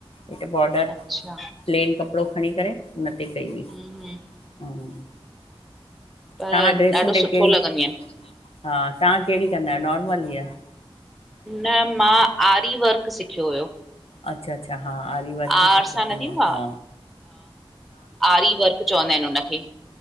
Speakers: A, on the left; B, in the centre.
A: हे त बॉडर
B: आहे अच्छा
A: प्लेन कपिड़ो खणी करे उन ते कई हुई
B: हम्म हम्म,
A: हम
B: पर
A: तव्हां ड्रेसुनि
B: ॾाढो
A: ते
B: सुठो
A: कहिड़ी
B: लॻंदियूं आहिनि
A: हा तव्हां कहिड़ी कंदा आहियो नॉर्मल ई आहे
B: न मां आरी वर्क सिखियो हुयो
A: अच्छा अच्छा हा आरी वर्कु
B: आर
A: बि सुठो
B: सां
A: थींदो
B: न
A: आ
B: आहे
A: हा।
B: आरी वर्क चवंदा आहिन उनखे।